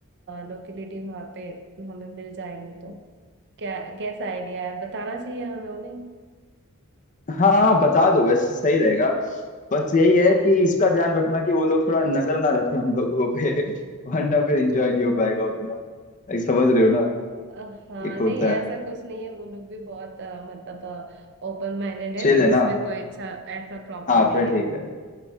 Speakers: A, on the right (about 55°); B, on the left (about 35°).
A: लोकेलिटी वहाँ पे हमें मिल जाएंगे तो क्या कैसा आइडिया है बताना चाहिए हमें उन्हें
B: हाँ हाँ बता दो वैसे सही रहेगा बस यही है कि इसका ध्यान रखना कि वो लोग थोड़ा नजर ना रखें हम लोगों पे <laughs> वरना फिर एंजॉय नहीं हो पाएगा उतना एक समझ रहे हो ना
A: अ, हाँ
B: एक
A: नहीं
B: होता है
A: ऐसा कुछ नहीं है वो लोग भी बहुत अ, मतलब ओपन माइंडेड है
B: चिल
A: तो
B: है ना
A: उसमें कोई अच्छा ऐसा प्रॉब्लम
B: हाँ
A: नहीं
B: फिर
A: है
B: ठीक है